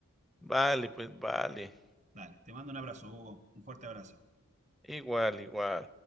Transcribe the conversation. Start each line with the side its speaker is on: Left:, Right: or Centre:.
Centre: Vale, pues vale.
Right: Dale. Te mando un abrazo, Hugo. Un fuerte abrazo.
Centre: Igual, igual.